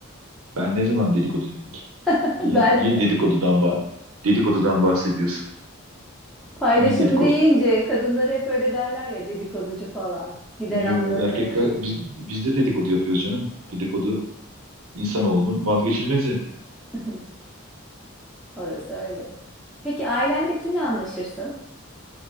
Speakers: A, on the right; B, in the centre.
A: Ben ne zaman dedikodu dedim ki?
B: <laughs>
A: Niye,
B: Ben
A: niye dedikodudan, bah- dedikodudan bahsediyorsun?
B: paylaşım
A: Hangi dedikodu?
B: deyince kadınları hep öyle derler ya dedikoducu falan. Gider
A: Yo,
B: anlatır.
A: Erkekler biz, biz de dedikodu yapıyoruz canım. Dedikodu insanoğlunun vazgeçilmezi.
B: <laughs> Orası öyle. Peki ailende kimle anlaşırsın